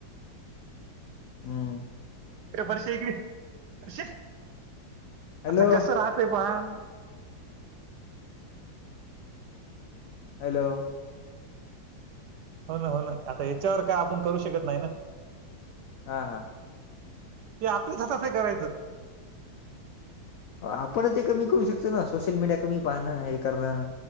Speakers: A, on the left; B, on the right.
A: हम्
B: वर्ष वर्ष
A: हॅलो
B: आता कसं राहतय पहा
A: हॅलो
B: हो ना हो ना आता याच्यावर काय आपण करू शकत नाही ना
A: हा हा
B: ते आपल्याच हाताते करायचं
A: आपण ते कमी करू शकतो ना सोशल मीडिया कमी पाहणं हे करणं.